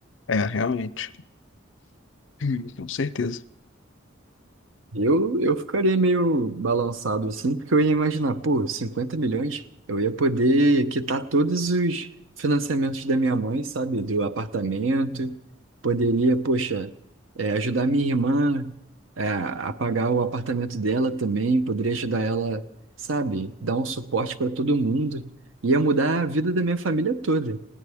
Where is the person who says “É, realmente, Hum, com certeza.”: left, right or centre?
Left